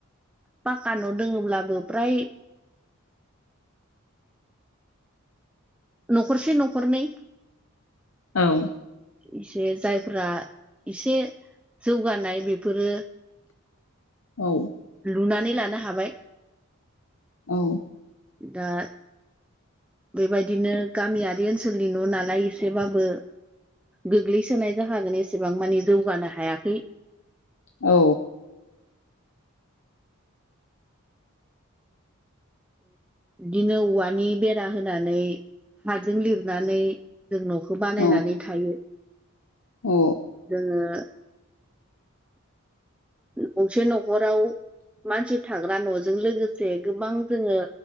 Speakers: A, in the centre; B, on the left (about 70°).
A: पाक्का न' दङब्लाबो फ्राय न'खरसे न'खरनै
B: औ
A: एसे जायफोरा एसे जौगानाय बेफोरो
B: औ
A: लुनानै लानो हाबाय।
B: औ
A: दा बेबायदिनो गामियारि ओनसोलनि न' नालाय एसेबाबो गोग्लैसोनाय जाहागोन एसेबां मानि जौगानो हायाखै
B: औ
A: बिदिनो औवानि बेरा होनानै हाजों लिर नानै जों न'खौ बानायनानै
B: औ
A: थायो
B: औ
A: जोङो गंसे न'खराव मानसि थाग्रा न'जों लोगोसे गोबां जोङो